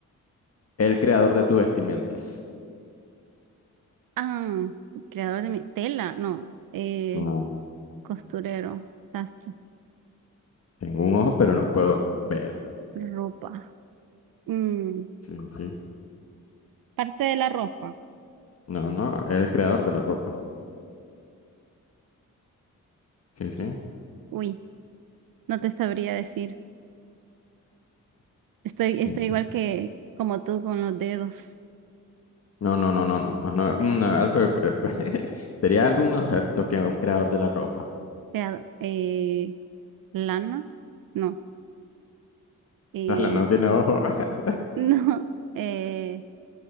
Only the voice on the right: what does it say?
Ah, creador de mi tela. No. Eh,
costurero, sastre,
ropa. Mm,
parte de la ropa.
¿Qué? Uy, no te sabría decir. Estoy, estoy
igual
que como tú con los dedos.
Creador. Eh, Lana. No. Eh,
<laughs> no. Eh,